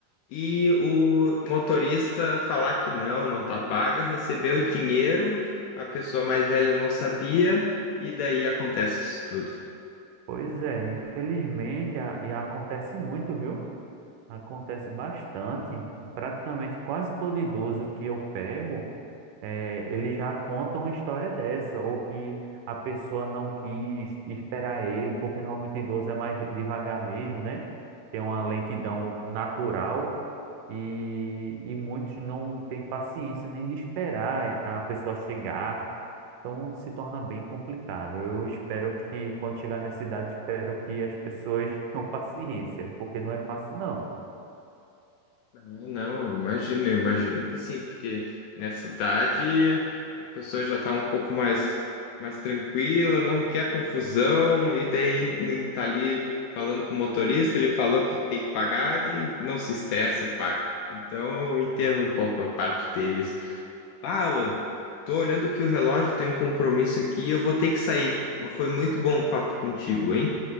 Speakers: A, on the left (about 80°); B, on the right (about 75°).
A: e o motorista falar que não, não tá paga, recebeu o dinheiro, a pessoa mais velha não sabia, e daí acontece isso tudo.
B: Pois é, infelizmente, a- e acontece muito, viu? Acontece bastante, praticamente quase todo idoso que eu pego, eh, ele já conta uma história dessa, ou que a pessoa não quis esperar ele, porque normalmente idoso é mais devagar mesmo, né? Tem uma lentidão natural e, e muitos não têm paciência nem de esperar é, a pessoa chegar, então se torna bem complicado. Eu espero que quando chegar nessa idade, espero que as pessoas <laughs> tenham paciência, porque não é fácil não.
A: Ah, Não, imagino, imagino que sim, porque nessa idade a pessoa já tá um pouco mais, mais tranquila, não quer confusão, e daí nem tá ali falando com o motorista, ele falou que tem que pagar, daí não se estressa e paga. Então eu entendo um pouco a parte deles. Fala, tô olhando que o relógio tem um compromisso aqui e eu vou ter que sair. Mas foi muito bom o papo contigo, hein?